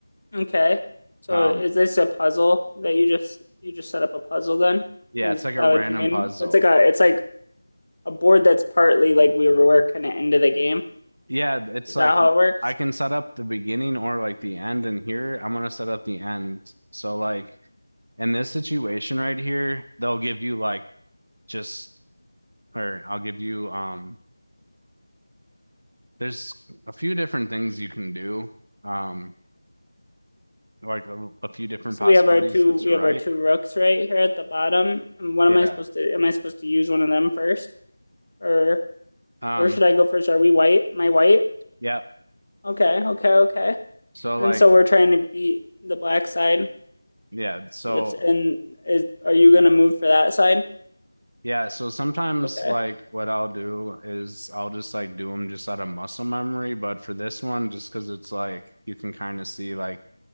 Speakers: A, on the left (about 50°); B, on the right (about 80°).
A: okay. So
B: Um,
A: is this a puzzle that you just, you just set up a puzzle then?
B: Yeah,
A: Is
B: it's like a
A: that
B: random
A: what you mean?
B: puzzle.
A: It's like a, it's like a board that's partly like we were working it into the game.
B: Yeah, it's
A: Is
B: like
A: that how it works?
B: I can set up the beginning or like the end, and here I'm gonna set up the end. So like in this situation right here, they'll give you like just or I'll give you um there's a few different things you can do. Um like a, a few different
A: So
B: possibilities.
A: we have our two
B: That's
A: we
B: right.
A: have our two rooks right here at the bottom. And what
B: Yeah.
A: am I supposed to am I supposed to use one of them first? Or
B: Um
A: where should I go first? Are we white? Am I white?
B: yeah.
A: Okay, okay, okay.
B: So like
A: And so we're trying to beat the black side.
B: yeah, so
A: That's and is are you gonna move for that side?
B: Yeah, so sometimes
A: Okay.
B: like what I'll do is I'll just like do them just out of muscle memory, but for this one, just because it's like you can kind of see like